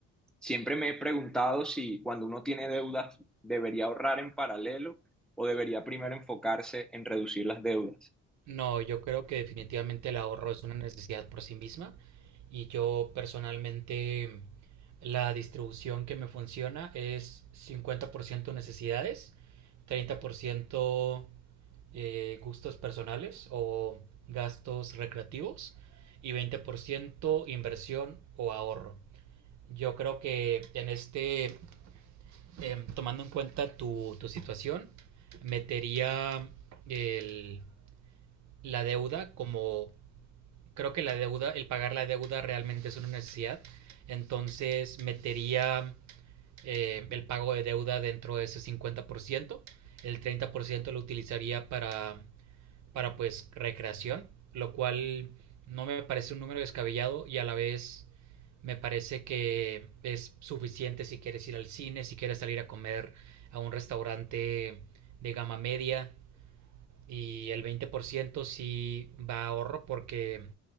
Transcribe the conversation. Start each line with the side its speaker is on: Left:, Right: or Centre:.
Centre: Siempre me he preguntado si cuando uno tiene deudas debería ahorrar en paralelo o debería primero enfocarse en reducir las deudas.
Right: No, yo creo que definitivamente el ahorro es una necesidad por sí misma y yo personalmente la distribución que me funciona es 50% necesidades, 30% eh, gustos personales o gastos recreativos y 20% inversión o ahorro. Yo creo que en este, em, tomando en cuenta tu, tu situación, metería el, la deuda como creo que la deuda, el pagar la deuda realmente es una necesidad, entonces metería eh, el pago de deuda dentro de ese cincuenta por ciento el 30% lo utilizaría para, para pues recreación, lo cual no me parece un número descabellado y a la vez me parece que es suficiente si quieres ir al cine, si quieres salir a comer a un restaurante de gama media, y el 20% sí va a ahorro porque